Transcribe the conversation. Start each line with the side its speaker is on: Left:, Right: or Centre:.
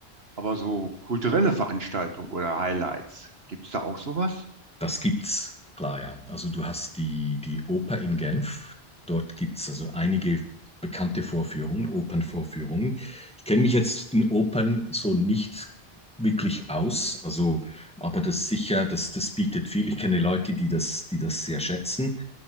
Right: Aber so kulturelle Veranstaltungen oder Highlights, gibt's da auch sowas?
Centre: Das gibt's, klar, ja. Also du hast die, die Oper in Genf. Dort gibt es also einige bekannte Vorführungen, Opernvorführungen. Ich kenne mich jetzt in Opern so nicht wirklich aus, also, aber das sicher, das, das bietet viel. Ich kenne Leute, die das, die das sehr schätzen.